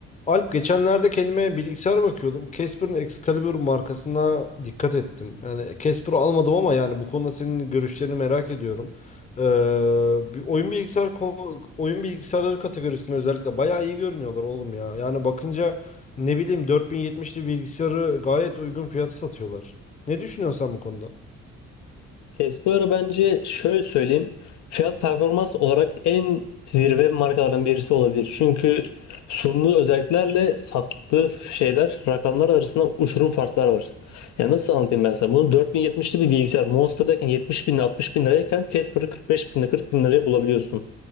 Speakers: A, on the left; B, on the left.
A: Alp geçenlerde kendime bilgisayar bakıyordum. Casper'ın Excalibur markasına dikkat ettim. Yani Casper'ı almadım ama yani bu konuda senin görüşlerini merak ediyorum. Ee, bir oyun bilgisayar ko- oyun bilgisayarları kategorisinde özellikle bayağı iyi görünüyorlar oğlum ya. Yani bakınca ne bileyim 4070'li bilgisayarı gayet uygun fiyata satıyorlar. Ne düşünüyorsun sen bu konuda?
B: Casper bence şöyle söyleyeyim. Fiyat performans olarak en zirve markalardan birisi olabilir. Çünkü sunduğu özelliklerle sattığı şeyler rakamlar arasında uçurum farklar var. Ya nasıl anlatayım ben sana? Bunu 4070'li bir bilgisayar Monster'dayken 70 bin 60 bin lirayken Casper'ı 45 bin 40 bin liraya bulabiliyorsun.